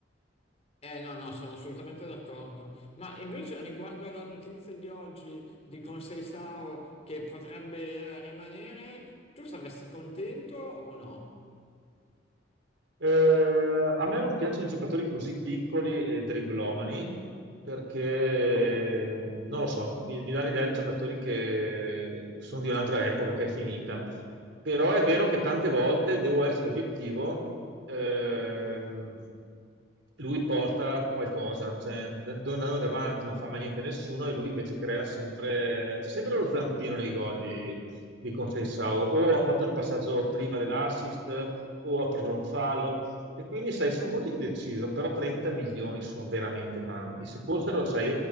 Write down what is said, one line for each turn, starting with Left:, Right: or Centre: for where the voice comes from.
Left: Eh no, no, sono assolutamente d'accordo. Ma invece riguardo alla notizia di oggi di Conseil SAO che potrebbe rimanere, tu saresti contento o no?
Right: Eh, a me non piacciono i giocatori così piccoli e dribblomani perché, non lo so, mi, mi dà l'idea di giocatori che sono di un'altra epoca che è finita. Però è vero che tante volte devo essere obiettivo, ehm, lui porta qualcosa, cioè do- noi davanti non fa mai niente nessuno e lui invece crea sempre, c'è sempre lo zampino nei gol di Conceição, o ha fatto il passaggio prima dell'assist, o ha preso un fallo. E quindi, sai, sono molto indeciso, però 30 milioni sono veramente tanti. Se fossero, sai,